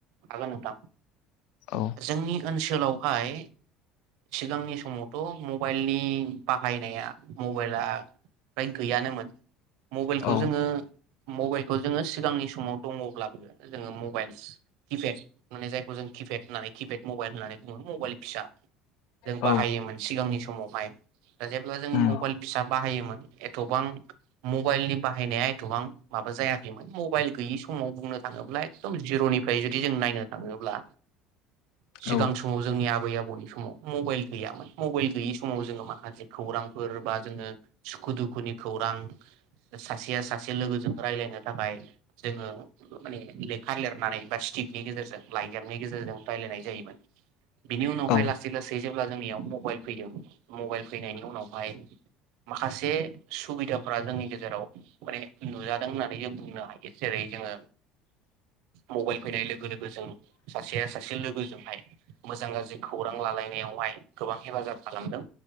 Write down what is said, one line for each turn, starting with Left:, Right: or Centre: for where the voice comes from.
Right: हागोन नोंथां।
Left: औ
Right: जोंनि ओनसोलावहाय सिगांनि समावथ मबाइलनि बाहायनाया मबाइला फ्राय गैयानोमोन मबाइलखौ
Left: औ
Right: जोङो मबाइलखौ जोङो सिगांनि स समाव दङब्लाबो जोङो मबाइलस किपेड माने जायखौ जों किपेड होननानै किफेट मबाइल होननानै बुङो मबाइल फिसा जों
Left: औ
Right: बाहायोमोन सिगांनि सम समावहाय। दा जेब्ला जोङो
Left: उम
Right: मबाइल फिसा बाहायोमोन एथबां मबाइलनि बाहायनाया एथबां माबा जायाखैमोन मबाइल गैयि समाव बुंनो थाङोब्ला एकदम जिरनि जुदि जों नायनो थाङोब्ला
Left: औ
Right: सिगां समाव जोंनि आबै आबौनि स समाव मबाइल गैयामोन मबाइल गैयै समाव जोङो माखासे खौरांफोर बा जोङो सुखु दुखुनि खौरां सासेया सासे लोगोजों रायजलायनो थाखाय जोङो माने लेखा लिरनानै बा स्टिकनि गेजेरजों लाइजामनि गेजेरजों रायजलायनाय जायोमोन। बिनि उनावहाय
Left: औ
Right: लासै लासै जेब्ला जोंनियाव मबाइल फैदों मबाइल फैनायनि उनावहाय माखासे सुबिदाफोरा जोंनि गेजेराव माने नुजादों होननानै जों बुंनो हायो जेरै जोङो मबाइल फैनाय लोगो लोगो जों सासे से लोगोजोंहाय मोजां गाज्रि खौरां लालाय बेयावहाय गोबां हेफाजाब खालामदों।